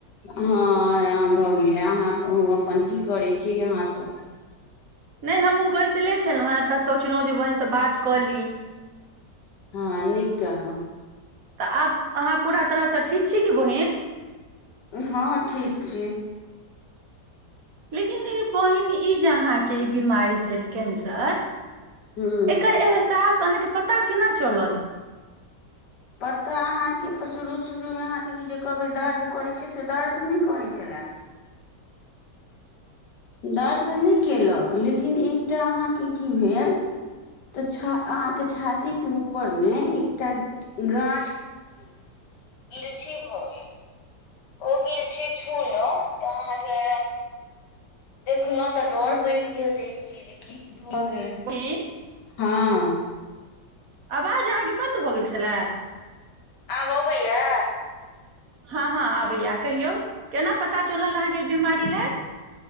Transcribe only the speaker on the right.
नहि हमहूँ बैसले छलहुँ हेँ तऽ सोचलहुँ जे बहिन से बात कऽ ली
तऽ आब अहाँ पूरा तरहसँ ठीक छी कि बहिन
लेकिन ई बहिन ई जे अहाँके ई बिीमारी भेल कैंसर
एकर एहसास अहाँके पता केना चलल
बहिन
आबाज आहा के बन्द भऽ गेल छलए
हँ हँ आबैया कहियौ केना पता चलल अहाँके ई बिमारी लए